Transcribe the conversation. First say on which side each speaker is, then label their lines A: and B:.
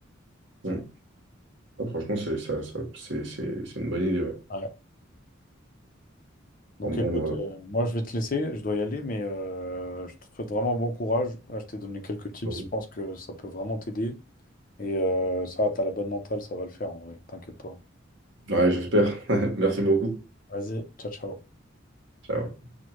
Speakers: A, on the right; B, on the left.
A: Mm. Ah, franchement, c'est ça, ça- c'est c'est- c'est une bonne idée. ouais.
B: Ouais. Donc
A: Bon, bon,
B: écoute, euh, moi je vais te laisser, je dois y aller, mais euh, je te souhaite vraiment bon courage. Là, je t'ai donné quelques tips,
A: euh,
B: je pense que ça peut vraiment t'aider. Et euh, ça, t'as la bonne mentale, ça va le faire en vrai, t'inquiète pas.
A: ouais, j'espère. <laughs> Merci beaucoup.
B: Vas-y, ciao, ciao.
A: Ciao.